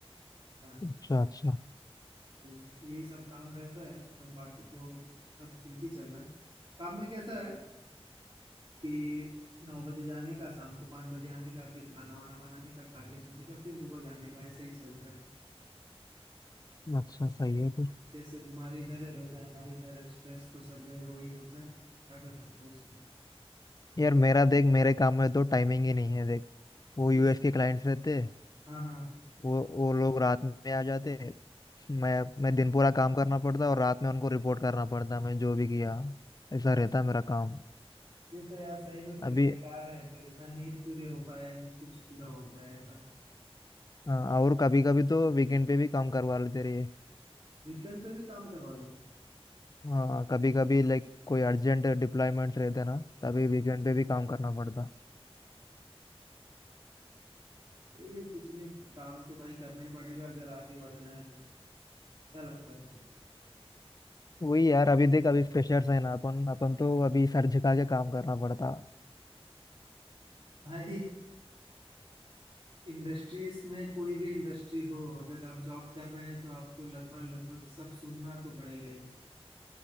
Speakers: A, on the right (about 50°); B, on the left (about 35°).
A: हाँ
B: अच्छा अच्छा
A: तो यही सब काम रहता है सब बाकी तो सब ठीक ही चल रहा है काम में कैसा है कि नौ बजे जाने का शाम को पाँच बजे आने का फिर खाना वाना बनाने का खा के सोने का फिर सुबह जाने का ऐसा ही चलता है
B: अच्छा सही है फिर
A: जैसे तुम्हारे इधर है वैसे हमारे इधर है। स्ट्रेस तो सब जगह वही होता है क्या कर सकते हैं उसमें
B: यार मेरा देख मेरे काम में तो टाइमिंग ही नहीं है देख वो यूएस
A: यस
B: के क्लाइंट्स रहते
A: हाँ हाँ
B: वो वो लोग रात में आ जाते मैं मैं दिन पूरा काम करना पड़ता और रात में उनको रिपोर्ट करना पड़ता मैं जो भी किया ऐसा रहता मेरा काम
A: ये तो यार सही में फिर
B: अभी
A: बेकार है फिर ना नींद पूरी हो पाए ना कुछ पूरा हो पाए ऐसा
B: अ, और कभी कभी तो वीकेंड पे भी काम करवा लेते रहे
A: वीकेंड पे भी काम करवा लो
B: हाँ कभी कभी लाइक कोई अर्जेंट डिप्लॉयमेंट्स रहते ना तभी वीकेंड पे भी काम करना पड़ता
A: सही है कुछ नहीं काम तो भाई करना ही पड़ेगा अगर आगे बढ़ना है तो क्या लगता है
B: वही यार अभी देख अभी फ्रेशर्स है ना अपन अपन तो अभी सर झुका के काम करना पड़ता
A: भाई इंडस्ट्रीज में कोई भी इंडस्ट्री हो अगर आप जॉब कर रहे हैं तो आपको लगभग लगभग सब सुनना तो पड़ेगा ही